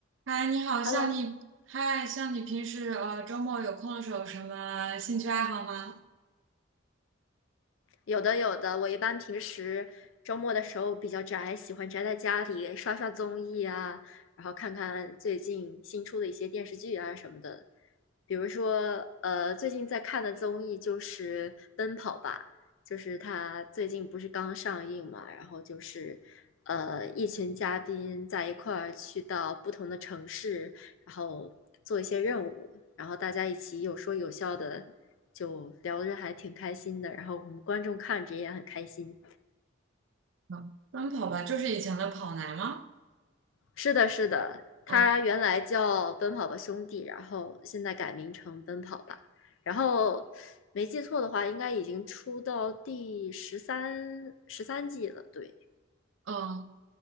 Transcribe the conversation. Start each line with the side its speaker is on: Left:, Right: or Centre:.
Right: 嗨，你好，
Left: Hello，
Right: 像你，嗨，像你平时呃周末有空的时候有什么兴趣爱好吗？
Left: 有的有的，我一般平时周末的时候比较宅，喜欢宅在家里刷刷综艺啊，然后看看最近新出的一些电视剧啊什么的。比如说，呃，最近在看的综艺就是《奔跑吧》，就是它最近不是刚上映嘛，然后就是呃一群嘉宾在一块儿去到不同的城市，然后做一些任务，然后大家一起有说有笑的。就聊着还挺开心的，然后我们观众看着也很开心。
Right: 嗯，奔跑吧，就是以前的跑男吗？
Left: 是的，是的，
Right: 哦，
Left: 他原来叫《奔跑吧兄弟》，然后现在改名成《奔跑吧》，然后没记错的话，应该已经出到第十三十三季了。对，
Right: 嗯